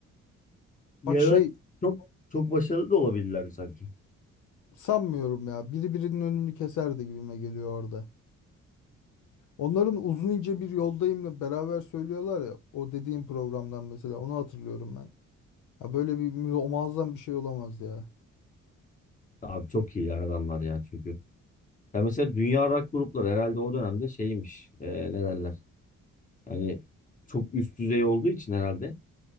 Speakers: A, on the left (about 25°); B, on the left (about 80°).
A: ya
B: Bak şey
A: da çok çok başarılı da olabilirler sanki.
B: Sanmıyorum ya. Biri birinin önünü keserdi gibime geliyor orada. Onların uzun ince bir yoldayımla beraber söylüyorlar ya. O dediğim programdan mesela onu hatırlıyorum ben. Ya böyle bir mü- muazzam bir şey olamaz ya.
A: Abi çok iyi ya adamlar ya çünkü. Ya mesela dünya rock grupları herhalde o dönemde şeymiş. e, ne derler? Yani çok üst düzey olduğu için herhalde.